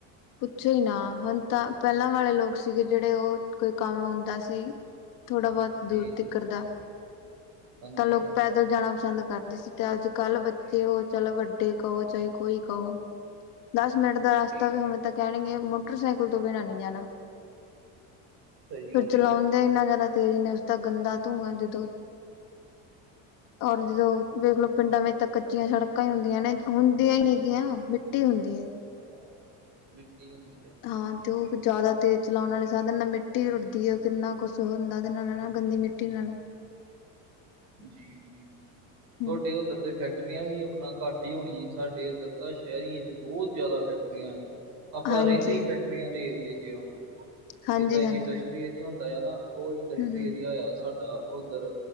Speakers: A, on the left (about 55°); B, on the right (about 45°).
A: ਪੁੱਚੋ ਨਾ ਹਲ ਤਾਂ ਪਹਿਲਾਂ ਵਾਲੇ ਲੋਕ ਸੀਗੇ ਜਿਹੜੇ ਉਹ ਕੋਈ ਕੰਮ ਆਦਾ ਸੀ ਥੋੜਾ ਬਹੁਤ
B: ਜੀ
A: ਦੂਰ
B: ਜੀ
A: ਤੀ ਕਰਦਾ ਆ
B: ਹਾਂਜੀ
A: ਤਾਂ ਲੋਕ ਪੈਦਲ ਜਾਣਾ ਪਸੰਦ ਕਰਦੇ ਸੀ ਤੇ ਅੱਜ ਕੱਲ ਬੱਚ
B: ਜੀ
A: ਤੇ ਉਹ
B: ਜੀ
A: ਚਲ ਵਡ ਵੱਡੇ ਕਹੋ ਚਾਹੇ ਕੋਈ ਕਉ ਦਸ ਮਿੰਟ ਦਾ ਰਸਤਾ
B: ਜੀ
A: ਵੀ
B: ਜੀ
A: ਹੋਵੇਂ ਤਾਂ ਕਹਿਣਗੇ ਮਾ ਮੋਟਰਸਾਈਕਲ ਤੋਂ ਬਿਣਾ ਨੀ ਜਾਣਾ
B: ਸਹੀ
A: ਫਿਰ
B: ਗੱਲ
A: ਚਲਾਉਣ
B: ਹੈ ਜੀ
A: ਤੇ ਇੰਨਾ ਜ਼ਿਆਦਾ ਤੇਜ਼ ਨੇ ਉਸਦਾ ਗੰਦਾ ਧੂੰਆਂ ਜਦੋਂ ਔਰ ਜਦ ਵੇਖਲੋ ਪਿੰਡਾਂ
B: ਹਾਂ
A: ਵਿੱਚ ਤਾਂ ਕੱਚੀਆਂ ਸੜਕਾਂ ਆ ਹੁੰਦੀਆਂ ਨੇ ਹੁੰਦੀਆਂ ਹੀ ਨੀਗੀਆਂ ਮਿੱਟੀ ਹੁੰਦੀ ਐ
B: ਹਾਂ ਮਿੱਟੀ ਹੁੰਦੀ ਐ
A: ਹਾਂ ਤੇ ਉਹ ਜ਼ਿਆਦਾ ਤੇਜ਼ ਚਲਾਉਣ ਵਾਲੇ ਸਾਧਨ ਨਾਲ ਮਿੱਟੀ ਰੁੜਦੀ ਐ ਉਹ ਕਿੰਨਾ ਕੁਛ ਹੁੰਦਾ ਐ ਉਦੇ ਨਾਲ ਨਾ ਗੰਦੀ ਮਿੱਟੀ ਕੀ ਨਲ
B: ਜੀ ਜੀ ਜੀ
A: ਹਾਂ।
B: ਤੁਹਾਡੇ ਉੱਧਰ ਦੇ ਫੈਕਟਰੀਆਂ ਵੀ ਆਵਲਾ ਘੱਟ ਈ ਹੋਣੀ ਸਾਡੇ ਇੱਧਰ ਤਾਂ ਸ਼ਹਿਰੀ ਏ ਚ ਬਹੁਤ ਜ਼ਿਆਦਾ ਫੈਕਟਰੀ ਗਿਆ ਆਪਾਂ
A: ਹਾਂਜੀ
B: ਰਹਿੰਦੇ ਈ ਫੈਕਟਰੀਆਂ ਦੇ ਏਰੀਏ ਚ ਆ
A: ਹਾਂਜੀ
B: ਜਿੱਦਾਂ ਇੱਕ
A: ਹਾਂਜੀ
B: ਇੰਡਸਟਰੀ ਏਰੀਆ ਹੁੰਦਾ ਆ ਨਾ ਉਹ ਇੰਡਸਟਰੀ
A: ਹੂੰ ਹੂੰ
B: ਏਰੀਆ ਆ ਸਾਡਾ ਉੱਧਰ